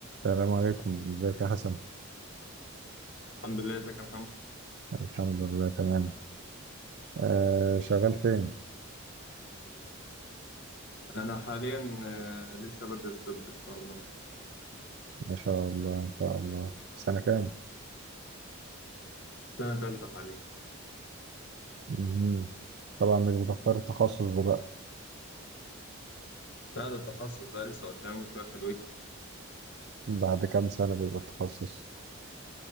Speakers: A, on the right (about 50°); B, on the left (about 55°).
A: السلام عليكم ازيك يا حسن
B: الحمد لله ازيك يا محمد
A: الحمد لله تمام آه شغال فين
B: انا حاليا آه، لسه بدرس طب ان شاء الله
A: ما شاء الله ما شاء الله سنة كام
B: سنه تالتة حاليا
A: مهم. طبعا مش بتختار التخصص دلوقتي
B: لا ده التخصص ده لسه قدامه شويه حلوين
A: بعد كام سنة بيبقى التخصص